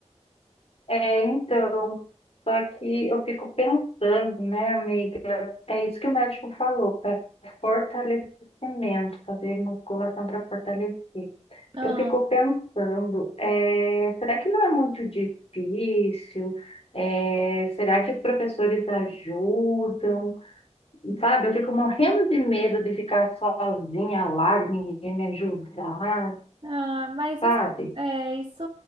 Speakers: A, on the left; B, on the right.
A: É, então, só que eu fico pensando, né, amiga? É isso que o médico falou, para fortalecimento, fazer musculação para fortalecer.
B: Ah,
A: Eu fico pensando, eh, será que não é muito difícil? Eh, será que professores ajudam? Sabe, eu fico morrendo de medo de ficar sozinha lá, ninguém me ajudar,
B: Ah, mas
A: sabe?
B: assim, é, isso